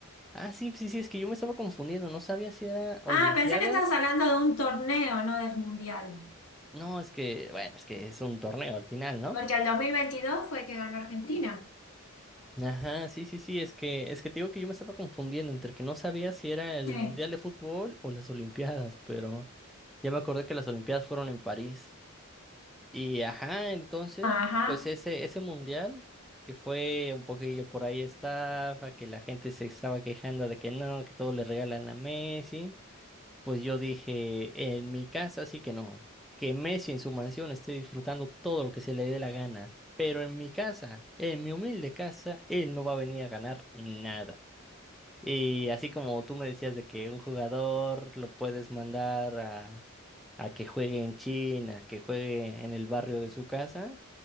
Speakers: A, in the centre; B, on the left.
A: Ah, sí, sí, sí, es que yo me estaba confundiendo, no sabía si era Olimpiadas.
B: Ah, pensé que estabas hablando de un torneo, no del mundial.
A: No, es que, bueno, es que es un torneo al final, ¿no?
B: Porque el 2022 fue que ganó Argentina.
A: Ajá, sí, sí, sí, es que, es que te digo que yo me estaba confundiendo entre que no sabía si era el
B: Sí.
A: Mundial de Fútbol o las Olimpiadas, pero ya me acordé que las Olimpiadas fueron en París. Y ajá, entonces,
B: Ajá,
A: pues ese, ese mundial, que fue un poquillo por ahí estaba, que la gente se estaba quejando de que no, que todo le regalan a Messi, pues yo dije, en mi casa sí que no, que Messi en su mansión esté disfrutando todo lo que se le dé la gana, pero en mi casa, en mi humilde casa, él no va a venir a ganar nada. Y así como tú me decías de que un jugador lo puedes mandar a, a que juegue en China, que juegue en el barrio de su casa,